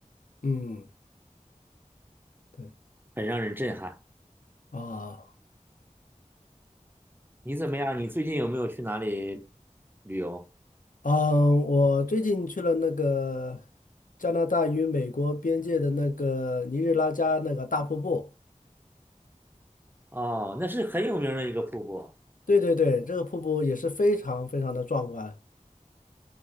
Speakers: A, on the left; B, on the right.
A: 嗯，对，
B: 很让人震撼。
A: 啊。
B: 你怎么样？你最近有没有去哪里旅游？
A: 嗯，我最近去了那个加拿大与美国边界的那个尼日拉加那个大瀑布。
B: 哦，那是很有名的一个瀑布，
A: 对对对，这个瀑布也是非常非常的壮观